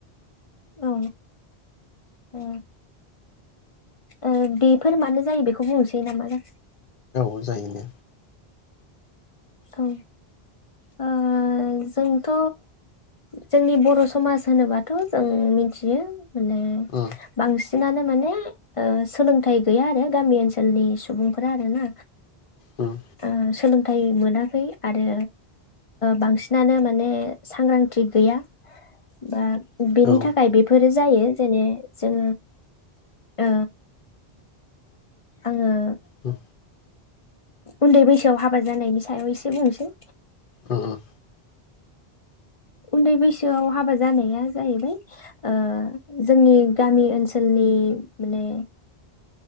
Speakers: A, on the left (about 35°); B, on the left (about 60°).
A: औ अ ओ बेफोर मानो जायो बेखौ बुंनोसै नामा जाखो?
B: औ जायो दे
A: औ ओ जोंथ' जोंनि बर' समाज होनोबाथ' जों मिथियो माने
B: उम
A: बां सिनानो माने ओ सोलोंथाइ गैया आरो गामि ओनसोलनि सुबुंफोरा आरोना।
B: उम
A: आ सोलों थाय मोनाखै आरो बांसिनानो माने सांग्रांथि गैया बा बेनि
B: औ
A: थाखाय बेफोरो जायो जेने जों ओ आङो
B: औ
A: उन्दै बैसोआव हाबा जानायनि सायाव एसे बुंसै।
B: उ उम
A: उन्दै बैसोआव हाबा जानाया जाहैबाय ओ जोंनि गामि ओनसोलनि माने